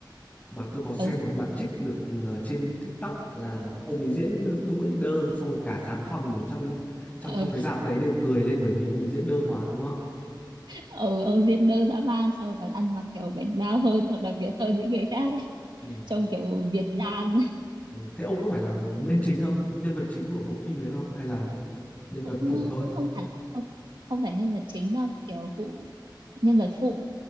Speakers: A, on the left; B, on the right.
A: mà tôi có xem
B: ừ
A: một đoạn trích được ờ, trên TikTok là ông ấy diễn cũng bị đơ xong rồi cả khán phòng trong trong
B: ừ
A: trong cái rạp đấy đều cười lên bởi vì ông ấy diễn đơ quá đúng không?
B: ừ ông diễn đơ dã man xong rồi còn ăn mặc kiểu bảnh bao hơn hoặc đặc biệt hơn những người khác ấy.
A: Ừ.
B: trông kiểu Việt gian
A: Ừ. Thế ông có phải
B: <laughs>
A: là main chính không? Nhân vật chính của bộ phim đấy không? Hay là nhân vật
B: cũng
A: phụ
B: ờ,
A: thôi?
B: cũng không hẳn không không phải nhân vật chính đâu kiểu phụ nhân vật phụ